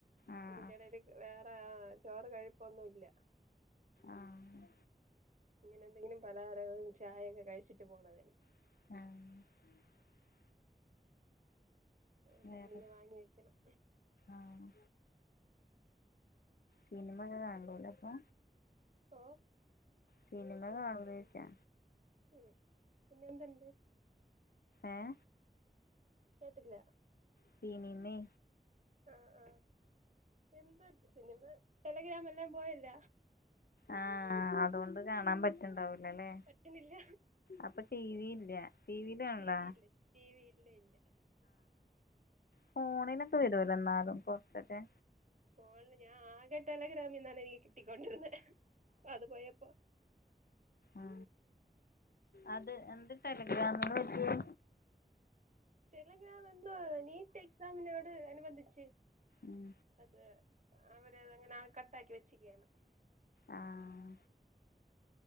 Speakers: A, on the left; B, on the right.
A: ആഹ്
B: ഇതിന്റെടൽ വേറെ ചോറ് കഴിപ്പൊന്നും ഇല്ല
A: ആഹ്
B: ഇങ്ങനെ എന്തെങ്കിലും പലാര ചായയൊക്കെ കഴിച്ചിട്ട് പോണത്
A: ആഹ
B: ന്ത
A: വേറെ
B: നീന വാങ്ങി വെക്കണം
A: ആഹ് സിനിമ ഒക്കെ കണ്ടല അപ്പൊ
B: ഓ
A: സിനിമ കാണ ചിച്ചാ
B: ഉം പിന്നെന്തണ്ട്
A: ആഏ
B: കേട്ടില്ല
A: സിനിമേ
B: ആ ആ എന്ത സിനിമ ടെലഗ്രാമെല്ലാം പോയല്ല
A: ആ ആ അതുകൊണ്ട് കാണാൻ പറ്റണ്ടാവ ല്ലേ
B: പറ്റുന്നില്ല
A: അപ്പൊ ടി വി ഇല്ല ടി വിയില് കാണലാ
B: ടിവി ഇല്ല ടിവി ഇല്ല ഇല്ല
A: ഫോണിനൊക്കെ വരോ എന്നാലും കുറച്ചൊക്കെ
B: ഫോണിൽ ഞാൻ ആകെ ടെലഗ്രാമിന്നാണ് എനിക്ക് കിട്ടിക്കൊണ്ടിരുന്നേ അത് പോയപ്പ
A: ആ അത് എന്ത് ടെലഗ്രാമിന് പറ്റിയെ
B: ടെലെഗ്രാം എന്തോ നീറ്റ് എക്സമിനോട് അനുബന്ധിച്ച്
A: ഉം
B: അത് അവരത് അങ്ങനെ കട്ടാക്കി വെച്ചിക്കയാണ്
A: ആഹ